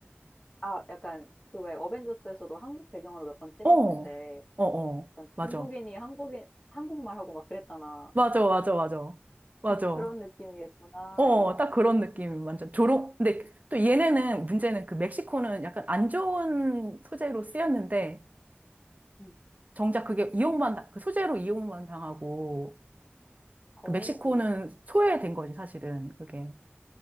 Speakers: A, on the left (about 35°); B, on the right (about 40°).
A: 아 약간 그 왜 어벤져스에서도 한국 배경으로 몇 번 찍었을
B: 어,
A: 때
B: 어, 어,
A: 약간
B: 맞아.
A: 중국인이 한국인 한국말하고 막 그랬잖아.
B: 맞아, 맞아, 맞아. 맞아.
A: 음. 그런 느낌이겠구나.
B: 어, 딱 그런 느낌, 완전. 조롱, 근데 또 얘네는, 문제는 그 멕시코는 약간 안 좋은 소재로 쓰였는데,
A: 음.
B: 정작 그게 이용만, 당- 그 소재로 이용만 당하고,
A: 어.
B: 그 멕시코는
A: 음.
B: 소외된 거지, 사실은, 그게.